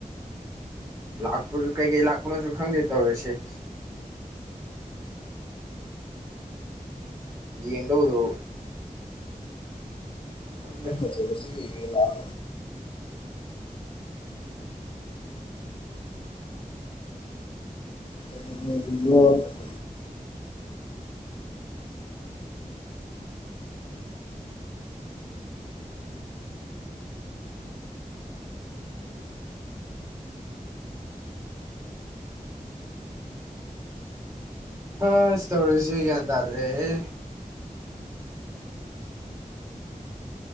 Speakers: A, on the right; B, on the left.
A: ꯂꯥꯛꯄꯁꯨ ꯀꯩꯀꯩ ꯂꯥꯛꯄꯅꯣꯁꯨ ꯈꯪꯗꯦ ꯇꯧꯔꯤꯁꯦ ꯌꯦꯡꯗꯧꯗꯨ ꯈꯪꯗꯦ
B: ꯐ ꯁꯤ <unintelligible> <inaudible> ꯎ <inaudible>
A: ꯍꯥꯁ ꯇꯧꯔꯤꯁꯤ ꯒ꯭ꯌꯥꯟ ꯇꯥꯗ꯭ꯔꯦꯍꯦ